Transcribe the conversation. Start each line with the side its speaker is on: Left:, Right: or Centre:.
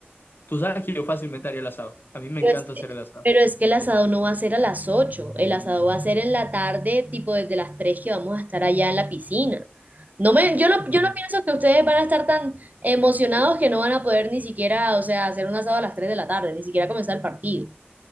Left: Tú sabes que yo fácilmente haría el asado. A mí me
Right: Pero
Left: encanta
Right: es, que
Left: hacer el asado.
Right: pero es que el asado no va a ser a las 8. el asado va a ser en la tarde, tipo desde las tres que vamos a estar allá en la piscina. No me, yo no,
Left: Mm.
Right: yo no pienso que ustedes van a estar tan emocionados que no van a poder ni siquiera, o sea, hacer un asado a las 3 de la tarde, ni siquiera comenzar el partido.